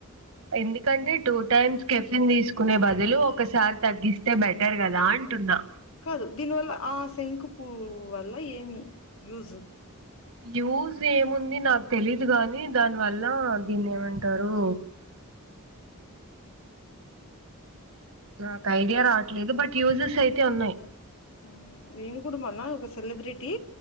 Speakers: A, on the right; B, on the left.
A: ఎండి కంటె టూ టైమ్స్ కెఫిన్ దీసుకునే బదులు ఒకసారి తగ్గిస్తే బెటర్ గదా అంటున్నా.
B: కాదు దీనివల్ల ఆ శంకు పూవు వల్ల ఏమి యూజ్.
A: యూజేముంది నాక్ తెలీదు గాని దాన్వల్ల దీన్నేమంటారు. నాకైడియా రావట్లేదు బట్. యూజెసైతే ఉన్నాయ్.
B: ఉమ్ నేను గూడ్ మొన్న ఒక సెలబ్రిటీ